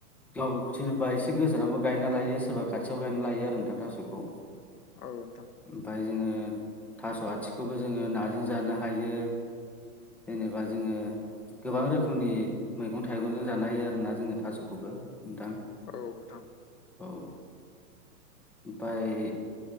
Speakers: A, in the centre; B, on the left (about 80°).
A: ओ सोरबा एसे गोजानावबो गायना लायो सोरबा खाथियाव गायना लायो आरो नोंथां थास'खौ।
B: औ नोंथां।
A: ओमफ्राय जोङो थास' आथिखौबो जोङो नाजों जानो हायो। जेनेबा जोङो गोबां रोखोमनि मैगं थाइगंजों जानो होयो आरोना जोङो थास'खौबो नोंथां।
B: औ नोंथां।
A: औ ओमफाय